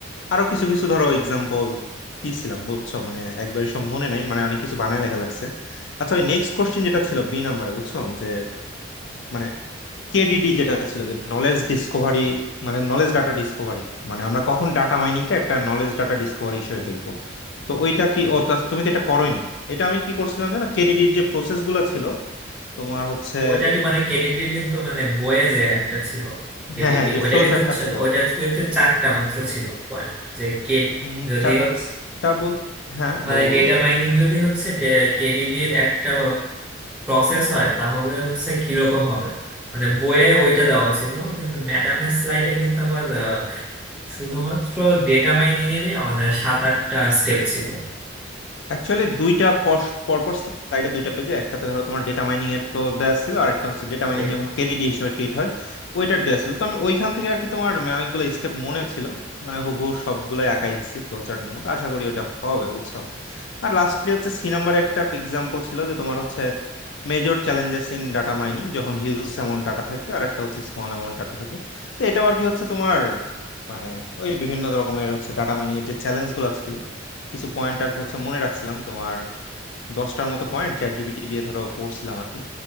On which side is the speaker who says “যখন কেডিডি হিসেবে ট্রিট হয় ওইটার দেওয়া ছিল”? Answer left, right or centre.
Left